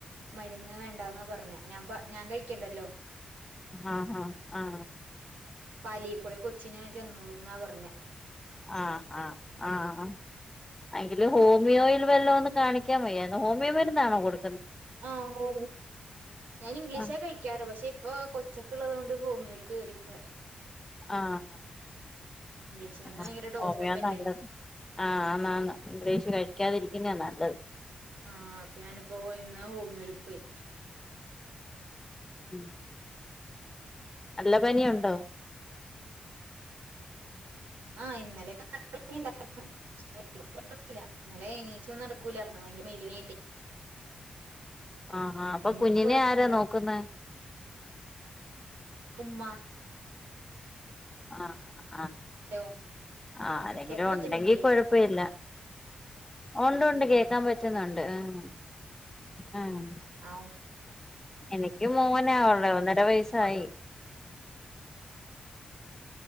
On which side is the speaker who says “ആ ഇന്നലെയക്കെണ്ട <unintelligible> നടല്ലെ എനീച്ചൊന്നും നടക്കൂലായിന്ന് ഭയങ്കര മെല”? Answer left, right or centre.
Right